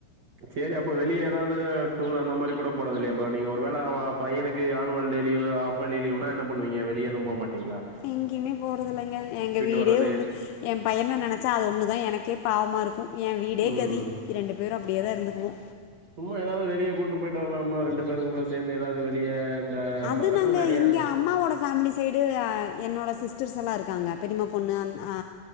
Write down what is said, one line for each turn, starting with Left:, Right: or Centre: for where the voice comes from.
Right: சேரி அப்ப வெளிய எதாவ்து டூர் அந்த மாரி கூட போறதில்லையா இப்ப நீங்க ஒரு வேள ஓ பையனுக்கு ஆனுவல் டே லீவு் ஆஃப் ஃபலி லீவுனா என்ன பண்ணுவீங்க வெளிய எதும் போமாட்டீங்களா
Left: எங்கேயுமே போறதில்லங்க எங்க வீடே
Right: வர்றது
Left: உண்டு எ பையன நெனச்சா அது ஒன்னு தா எனக்கே பாவமா இருக்கு எ வீடே
Right: ம்
Left: கதி இரண்டு பேரு அப்டியேதா இருத்துக்குவோ
Right: சும்மா எதாவ்து வெளிய கூட்டு போயிட்டு வர்லாம்ல ரெண்டு பேருக்கு கூட சேந்து எதாவ்து வெளிய இந்த
Left: அது
Right: பக்கத்துல
Left: நாங்கள்
Right: நெறைய
Left: இங்கே அம்மாவோட ஃபேம்லி சைடு அ என்னோட சிஸ்டர்ஸெல்லா இருக்காங்க பெரிம்மா பொண்ணு அண் ஆ